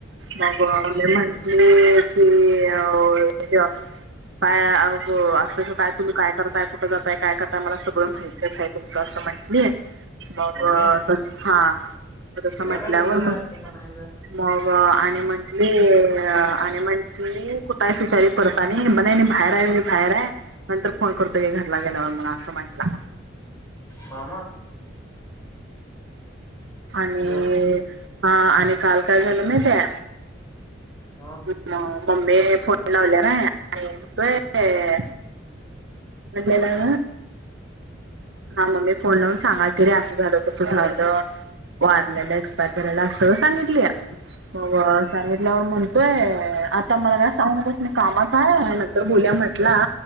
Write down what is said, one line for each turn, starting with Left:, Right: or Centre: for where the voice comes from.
Right: मग अ मी
Left: हम्म
Right: म्हटली की अ हे काय अ असल्याच काय तुम्ही काय करताय कुठ जाताय काय करताय मला सगळं माहितच आहे तुमचं असं म्हटलीय मग
Left: मम्मी
Right: तस हा असं तस
Left: हिला
Right: म्हंटल्यावर
Left: काय गरज
Right: म
Left: आहे असलं म्हणायचं?
Right: मग आणि म्हणटली अ आणि म्हणटली कुठायस विचारली परत आणि नाई, नाई बाहेर आहे मी बाहेर आहे नंतर फोन करतो घरला गेल्यावर म्हणू असं म्हंटला
Left: मामा
Right: आणि
Left: हॅलो
Right: हा आणि काल काय झालं माहितीय
Left: हा
Right: मग मम्मी फोन लावल्या नाई आणि म्हणतोय म्हटलेला हा ममी फोन लावून सांगाल की रे असं झालं कसं झालं वारलेला एक्सपायर झालेला असं तर सांगितली आहे हो
Left: हम्म
Right: सांगितल्यावर म्हणतोय आता मला काय सांग न कस म कामात आहे तर बोलूया म्हटला